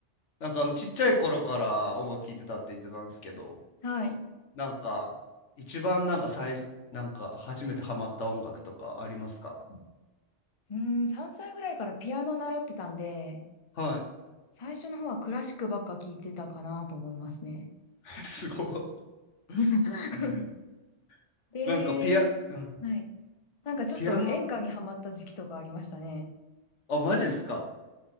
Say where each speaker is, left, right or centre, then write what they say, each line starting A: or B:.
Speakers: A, on the left; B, on the left.
A: なんかあのちっちゃい頃から音楽聴いてたって言ってたんですけど、
B: はい。
A: なんか一番なんか最、なんか初めてハマった音楽とかありますか
B: うん、3歳ぐらいからピアノ習ってたんで、
A: はい。
B: 最初の方はクラシックばっか聞いてたかなと思いますね。
A: <laughs> すごい。
B: <laughs>
A: へえ
B: で、
A: なんかピア、うん、
B: はい。なんかちょっと演歌にハマった時期とかありましたね。
A: ピアノ、あ、マジっすか